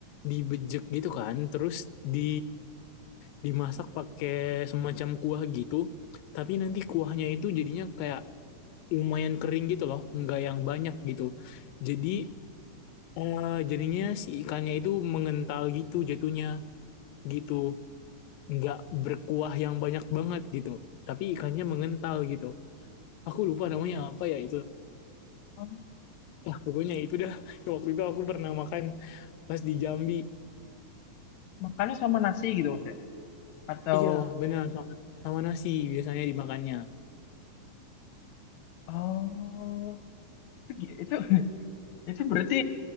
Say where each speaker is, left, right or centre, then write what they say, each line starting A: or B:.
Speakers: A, on the left (about 85°); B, on the left (about 65°).
A: dibejek gitu kan, terus di dimasak pakai semacam kuah gitu. Tapi nanti kuahnya itu jadinya kayak lumayan kering gitu loh, nggak yang banyak gitu. Jadi eh, jadinya si ikannya itu mengental gitu jatuhnya gitu, nggak berkuah yang banyak banget gitu. Tapi ikannya mengental gitu. Aku lupa namanya apa ya itu.
B: Oh,
A: Ah, pokoknya itu dah. <laughs> Waktu itu aku pernah makan pas di Jambi.
B: makannya sama nasi gitu mas ya? Atau
A: Iya, benar sama sama nasi biasanya dimakannya.
B: oh itu gi- itu, <laughs> itu berarti